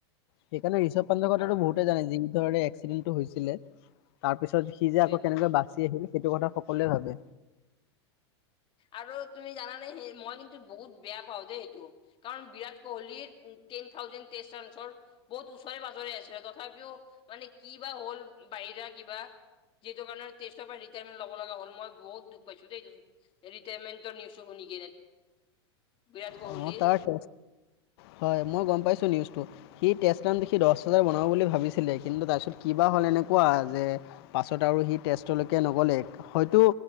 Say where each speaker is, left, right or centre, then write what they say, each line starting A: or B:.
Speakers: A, on the left; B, on the left.
A: সেইকাৰণে ঋষভ <unintelligible> কথাটো
B: আৰু
A: বহুতে জানে যি ধৰনে এক্সিডেণ্টটো হৈছিলে। তাৰ পিছত সি
B: সেইটোৱেইটো
A: যে আকৌ কেনেকৈ বাচি আহিল সেইটো কথা সকলোৱে ভাবে।
B: আৰু তুমি জানানে সি মই কিন্তু বহুত বেয়া পাওঁ দেই এইটো কাৰণ বিৰাট কোহলিৰ টেন থাউজেনড টেষ্ট ৰানচৰ বহুত ওচৰে পাজৰে আছিলে, তথাপিও মানে কি বা হ'ল বাহিৰা কিবা। যিটো কাৰনে টেষ্টৰ পৰা ৰিটায়াৰমেট ল'ব লগা হ'ল মই বহুত দুখ পাইছো দেই ৰিটায়াৰমেন্টৰ নিউজটো শুনি কিনে। বিৰাট ক'হলি।
A: অঁ তাৰ হয়, মই গম পাইছো নিউজটো, সি টেষ্ট ৰান দেখি দছ হাজাৰ বনাব বুলি ভাবিছিলে কিন্তু তাৰপিছত কিবা হ'ল এনেকুৱা যে পাছত আৰু সি তেষ্টোলৈকে নগ'লে হয়তো